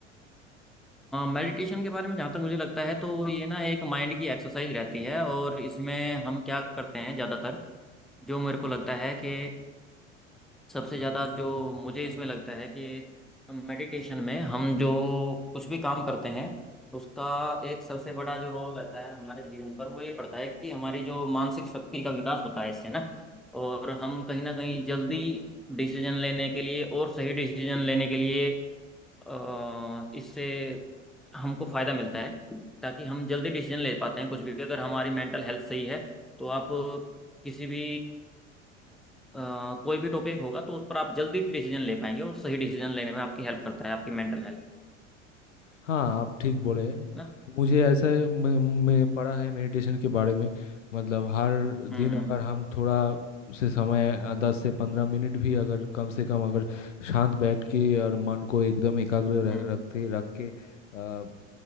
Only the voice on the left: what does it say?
हाँ आप ठीक बोले
मुझे ऐसा है, मैं, मैं पढ़ा है मेडिटेशन के बारे में मतलब हर
दिन अगर हम थोड़ा से समय अ, दस से पंद्रह मिनट भी अगर कम से कम अगर शांत बैठ के और मन को एकदम एकाग्र रख-
रखते रख के अ,